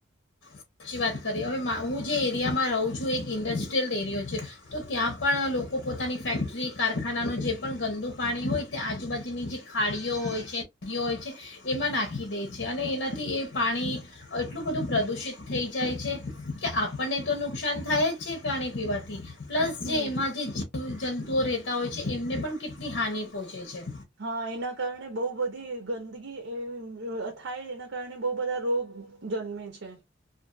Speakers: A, on the left (about 80°); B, on the right (about 85°).
A: સાચી વાત કરીએ હવે હું જે એરિયામાં રહું છું એક ઇન્ડસ્ટ્રીયલ એરિયો છે, તો ત્યાં પણ લોકો પોતાની ફેક્ટરી કારખાનાનું જે પણ ગંદુ પાણી હોય તે આજુબાજુની જે ખાડીઓ હોય છે નદીઓ હોય છે, એમાં નાખી દે છે અને એનાથી એ પાણી, એટલું બધું પ્રદૂષિત થઈ જાય છે, કે આપણને તો નુકસાન થાય જ છે પાણી પીવાથી. પ્લસ
B: હમ
A: જે એમાં જે જંતુઓ રહેતા હોય છે એમને પણ કેટલી હાનિ પહોંચે છે.
B: હા એના કારણે બહુ બધી ગંદગી એવી થાય જે કારણે બહુ બધા રોગ જન્મે છે.